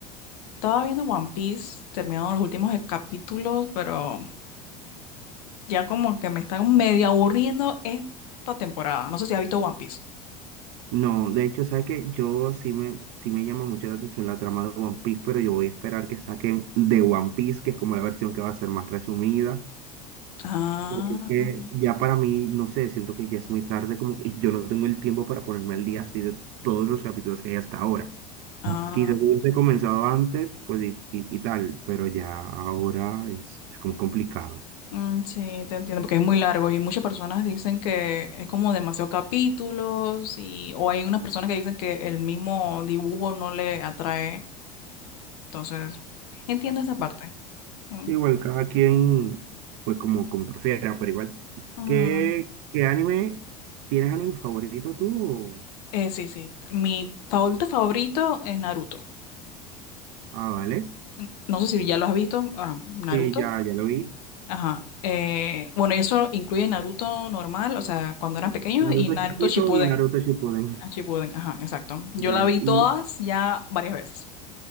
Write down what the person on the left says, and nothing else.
estaba viendo One Piece, terminaron los últimos capítulos, pero ya como que me están medio aburriendo esta temporada. No sé si has visto One Piece.
Ah,
ah.
Mm, sí, te entiendo, porque es muy largo y muchas personas dicen que es como demasiados capítulos y o hay unas personas que dicen que el mismo dibujo no le atrae, entonces entiendo esa parte. Mm,
mm.
Eh, sí, sí, mi favorito favorito es Naruto.
N- No sé si ya lo has visto, ah, Naruto.
Ajá. Eh, bueno, eso incluye Naruto normal, o sea, cuando eran pequeños
y Naruto
Shippuden.
Ah,
Shippuden, ajá, exacto. Yo
la vi
todas ya varias veces.